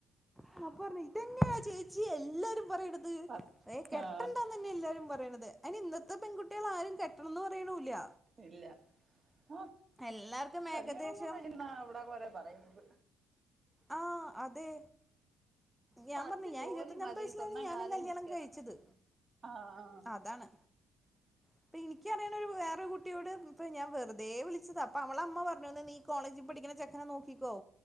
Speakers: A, in the centre; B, on the right.
A: അപ്പ പറഞ്ഞ് ഇതെങ്ങനാ ചേച്ചി എല്ലാരും പറയണത്
B: പത്ത്
A: കെട്ടണ്ടാന്ന്
B: ആഹ്
A: തന്നെ എല്ലാരും അ അതിന് ഇന്നത്തെ പെൺകുട്ടികൾ ആരും കെട്ടണംന്ന് പറയണൂംല്ല്യ
B: ഇല്ല ആ
A: എല്ലാർക്കും
B: കല്യാണം
A: ഏകദേശം
B: ഒന്നും കയ്യണ്ടന്നാ അവിടെ കൊറേ പറയുന്നത്
A: ആഹ് അതെ ഞാൻ
B: പടിച്ച്
A: പറഞ്ഞു ഞാൻ
B: ജോലി
A: ഇരുപത്തഞ്ചാമത്തെ
B: മതി
A: വയസ്സിലാണ്
B: സ്വന്തം
A: ഞാനും
B: കാലേ
A: കല്യാണം
B: നിക്കണം
A: കഴിച്ചത്
B: ആഹ
A: അതാണ് ഇപ്പൊ എനിക്കറിയണ ഒരു വേറൊരു കുട്ടിയോട് അപ്പൊ ഞാൻ വെറുതെ വിളിച്ചാ അപ്പൊ അവളെ അമ്മ പറഞ്ഞോന്ന് നീ കോളേജിൽ പഠിക്കുന്ന ചെക്കനെ നോക്കിക്കോ